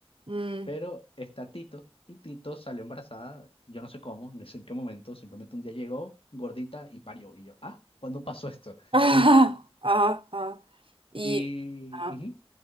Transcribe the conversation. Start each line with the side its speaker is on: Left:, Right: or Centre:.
Right: Mm.
Left: Pero está Tito y Tito salió embarazada, yo no sé cómo, no sé en qué momento, simplemente un día llegó gordita y parió. Y yo, ah, ¿cuándo pasó esto?
Right: <laughs> Ajá, ajá. Y,
Left: Y,
Right: ah,
Left: ujú,